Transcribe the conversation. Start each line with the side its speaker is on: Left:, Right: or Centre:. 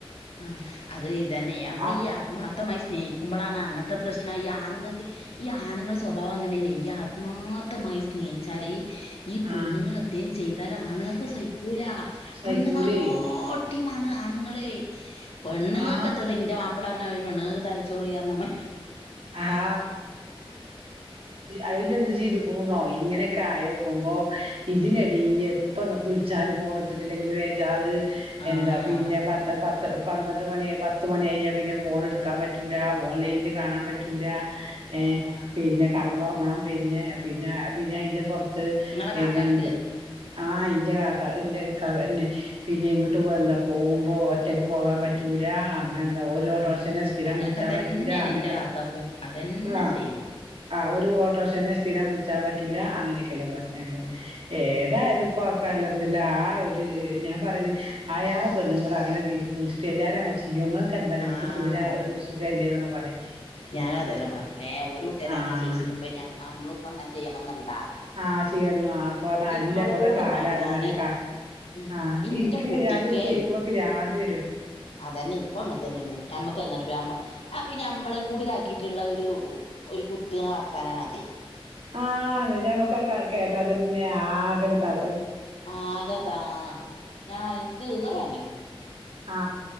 Left: ആ അത് ഇതന്നെ നമ്മൾ
Right: ആ
Left: ഈ ആത്മാർത്ഥമായി സ്നേഹിക്കുമ്പോളാണ് അങ്ങനത്തെ ഇത്ര പ്രശ്നമാണ് ഈ ആണുങ്ങൾക്ക് ഈണുങ്ങളുടെ സ്ഭാവം അങ്ങനെയാണ് ആത്മാർത്ഥമായി സ്നേഹിച്ചാൽ ഈ
Right: ആ
Left: പെണ്ണുങ്ങൾ അദ്ദേഹം ചെയ്താൽ ആണുകൾക്ക് സൈക്കൂല
Right: സൈക്കൂലേ
Left: പെണ്ണുങ്ങളെ കോട്ട ടീമാണ് ആണ് ങ്ങളെ പെണ്ണങ്ങൾക്കത്തത്തിന്റെ
Right: ആ
Left: മാപ്പ പിന്നെ അവർ വെണ്ണക്ക് തലച്ചോറി കാരണംമ്മ
Right: ആ അയിൽ എന്ത് ചെയ്തുക്കണ നോയി ഇങ്ങനെയൊക്കെ ആയോക്കുമ്പോ ഇതിനടി എപ്പൊ വിളിച്ചാല് ഫോൺ എടുത്തിട്ടില്ലെങ്കിൽ വേജാറ്
Left: ആഹ്
Right: എന്താ പിന്നെ പ പന്ത്രണ്ട് മണി പത്ത് മണി പിന്നെ ഫോൺ എടുക്കാൻ പറ്റൂല ഓൺലൈനിൽ കാണാൻ പറ്റും പറ്റൂല്ല ഏ
Left: ആഹ്
Right: പിന്നെ കടന്നുറങ്ങണം പിന്നെ പിന്നെ പിന്നെ അതിന്റെ പുറത്ത്
Left: ഇങ്ങളെ കാക്കാക്ക്
Right: <unintelligible> ആഹ് ഇന്റെ കാക്ക ഇന്റെ ക്കന്നെ
Left: ആഹ്
Right: പിന്നെ എങ്ങോട്ട് പോ <unintelligible> പോകുമ്പോ ഒറ്റക്ക് പോകാൻ പറ്റൂല എന്താ
Left: ആഹ്
Right: ഓരോടോഷെന്നെ
Left: ആഹ്
Right: സ്ഥിരം
Left: അങ്ങനൊക്കെ
Right: വിൾച്ചാൻ
Left: തന്നെയാണ്
Right: പറ്റൂല അങ്ങനെ
Left: ഇന്റെ കാക്കാക്കും അതന്നെ
Right: ആ
Left: സെയിമ്
Right: ആ ഒരു ഓട്ട്റോഷന്റെ സ്റ്റി രം വിൾച്ചാൻ പറ്റൂല അങ്ങനൊക്കെല്ലെ പ്രഷ് ങ്ങള്
Left: ആഹ്
Right: ഏതായാലും ഇപ്പ ആക്കല്ലംദില്ല ആ ഒരു ഞാൻ പറയ അയാളെ പെണ്ണുങ്ങള് അങ്ങനെ ചെയ്ത്കുണിച്ചിട്ട് എല്ലാരും അങ്ങനെ ചെയ്യൊ ങ്ങൾ ക്കന്താ ങ്ങക്ക്
Left: ആഹ്
Right: തൂര സുഖല്ലേ ന്നൊക്കെ പറയും
Left: ഞാന അതന്നെഞ്ഞേ ഒരുരൂട്ടുകാര
Right: ആഹ്
Left: അങ്ങനെ്യിച്ചിട്ടിപ്പ ഞ നമ്മള ഇപ്പൊ അങ്ങനെ ചെയ്യണം എന്നുണ്ടാ
Right: ആ ചെയ്യോ ആ പറ പറഞ്ഞു അല്ല
Left: ഇങ്ങളോട്
Right: അപ്പത്തെ കാലണന്ന്
Left: പറയാന്
Right: അറക്കാ
Left: ഉം
Right: ആഹ്
Left: ഇന്റെ
Right: എനിക്ക്
Left: കുട്ടിക്കേ
Right: കേക്കുമ്പോ പിരാന്തി വ
Left: അതന്നെ ഇനക്കോ അങ്ങനത്ത തന്നെയന്ന് ഞമ്മക്ക് അങ്ങനെ ഞമ്മളും കൂടിതാക്കിട്ട്ള്ള ഒരു ഒരു കുത്ത്ണ വർത്താനാണതെ
Right: ആ നമക്ക ക കേട്ടാ തന്നെ ആകനെ തള
Left: ആഗതാ ഞാൻ എക്ക് ഈറന്
Right: ആ